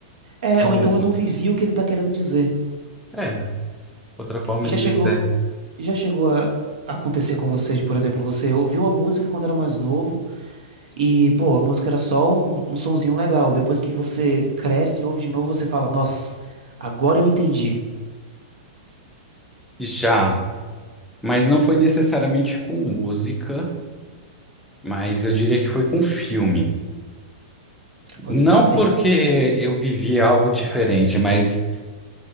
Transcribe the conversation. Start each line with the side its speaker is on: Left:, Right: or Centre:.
Right: É,
Centre: Tem
Right: ou então
Centre: isso.
Right: eu não vivi o que ele tá querendo dizer.
Centre: É, outra forma
Right: Já
Centre: de
Right: chegou,
Centre: dizer.
Right: já chegou a acontecer com você de, por exemplo, você ouviu a música quando era mais novo. E, pô, a música era só um, um sonzinho legal. Depois que você cresce e ouve de novo, você fala, nossa, agora eu entendi.
Centre: Já, mas não foi necessariamente com música, mas eu diria que foi com filme.
Right: Pode
Centre: Não
Right: ser também.
Centre: porque eu vivi algo diferente, mas